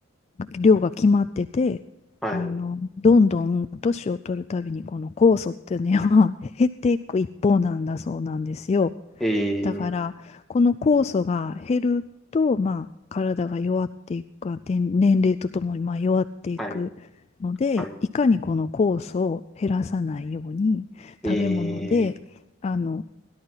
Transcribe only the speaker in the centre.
はい。え
ー、
はい。はい。えー